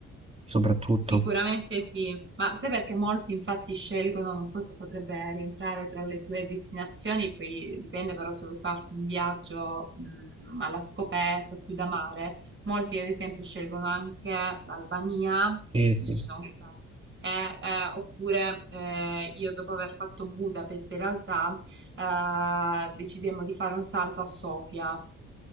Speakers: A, on the right; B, on the right.
A: soprattutto.
B: sicuramente sì, ma sai perché molti infatti scelgono, non so se potrebbe rientrare tra le tue destinazioni, poi dipende però se vuoi farti un viaggio mh, alla scoperta o più da mare, molti ad esempio scelgono anche l'Albania, e
A: Sì, sì.
B: io ci sono stata, e, eh, oppure eh, io dopo aver fatto Budapest in realtà eh, decidemmo di fare un salto a Sofia.